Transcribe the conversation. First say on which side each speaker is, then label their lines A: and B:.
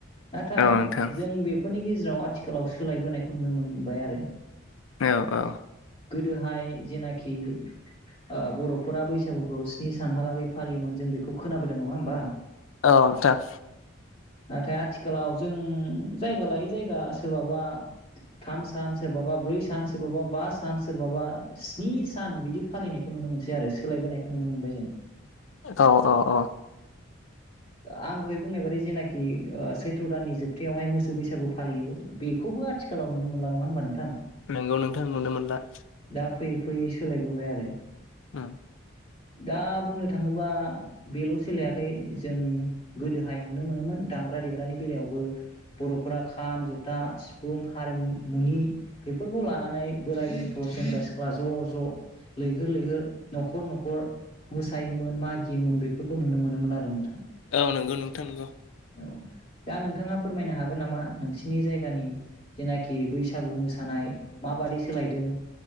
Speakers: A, on the left; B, on the left.
A: नाथाय
B: औ नोंथां
A: जों बेफोरनि गेजेराव जेराव आथिखालाव सोलायबोनायखौ नुनो मोनबाय आरो।
B: औ औ।
A: गोदोहाय जेनाखि ओ बर'फोरा बैसागुखौ स्नि सानहालागै फालियोमोन जों बेखौ खोनाबोदों नङा होमबा?
B: औ नोंथां।
A: नाथाय आथिखालाव जों जायगा लायै जायगा सोरबाबा थाम सान सोरबाबा ब्रै सान सोरबाबा बा सान सोरबाबा स्नि सान बिदि फालिनायखौ नुनो मोनसै आरो सोलायबोनायखौ नुनो मोनबाय जों।
B: औ औ औ।
A: आं दहाय बुंनाय बादै जेनाखि सैथ्र' दाननि जोबथायावहाय मोसौ बैसागु फालियो बेखौबो आथिखालाव नुनो मोनला नङा होमबा नोंथां?
B: नोंगौ नोंथां नुनो मोनला।
A: दा फैयै फैयै सोलायबोबाय आरो।
B: ओ।
A: दा बुंनो थाङोबा बेल' सोलायाखै जों गोदोहाय नुनो मोनोमोन दामग्रा देग्रानि बेलायावबो बर'फोरा खाम जथा सिफुं हारिमु मुनि बेफोरखौ लानानै बोराइ बेन्थ' सेंग्रा सिख्ला ज' ज' लैहोर लैहोर न'खर न'खर मोसायोमोन मागियोमोन बेफोरखौ नुनो मोनोमोन आरो नोंथां।
B: औ नंगौ नोंथां नोंगौ।
A: औ दा नोंथाङा फोरमायनो हागोन नामा नोंसिनि जायगानि जेनाखि बैसागु मोसानाय माबादि सोलायदों